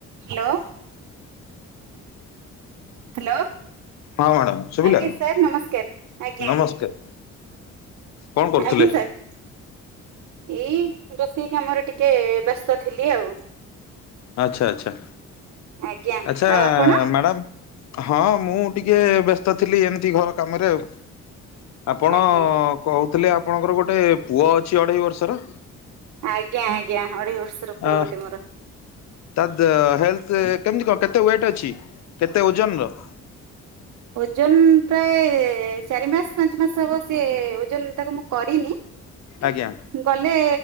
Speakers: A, on the right (about 70°); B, on the left (about 65°).
A: Hello. Hello
B: ହଁ madam ଶୁଭିଲା
A: ଆଜ୍ଞା ସାର୍ ନମସ୍କାର ଆଜ୍ଞା।
B: ନମସ୍କାର କଣ କରୁଥିଲେ?
A: ଆଜ୍ଞା ସାର୍ ଏଇ ରୋସେଇ ଆମର ଟିକେ ବ୍ୟସ୍ତ ଥିଲି ଆଉ
B: ଆଚ୍ଛା ଆଚ୍ଛା।
A: ଆଜ୍ଞା
B: ଆଚ୍ଛା
A: ଆଉ ଆପଣ
B: ମ୍ୟାଡ଼ାମ ହଁ ମୁଁ ଟିକେ ବ୍ୟସ୍ତ ଥିଲି ଏମିତି ଘର କାମରେ ଆଉ। ଆପଣ
A: ଆଜ୍ଞା
B: କହୁ ଥିଲେ ଆପଣଙ୍କର ଗୋଟେ ପୁଅ ଅଛି ଅଢେଇ ବର୍ଷର।
A: ଆଜ୍ଞା ଆଜ୍ଞା। ଅଢେଇ ବର୍ଷ ର ପୁଅ
B: ଆ
A: ଗୋଟେ ମୋର।
B: ତା ଦେ ହେଲଥ କେମତି କଣ କେତେ ୱେଟ ଅଛି? କେତେ ଓଜନର?
A: ଓଜନ ପ୍ରାୟ ସେ ଚାରି ମାସ ପାଞ୍ଚ ମାସ ହବ ସେ ଓଜନ ତାକୁ ମୁଁ କରିନି।
B: ଆଜ୍ଞା
A: ଗଲେ